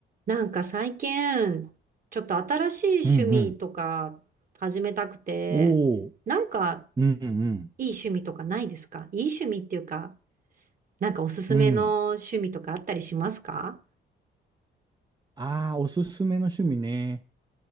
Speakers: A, on the right; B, on the right.
A: なんか最近、ちょっと新しい趣味とか始めたくて、
B: うんうん。おお。
A: なんか
B: うんうん
A: いい趣味とかないですかいい趣味っていうか、なんかおすすめの趣味とかあったりしますか
B: うん。うん。ああ、おすすめの趣味ね。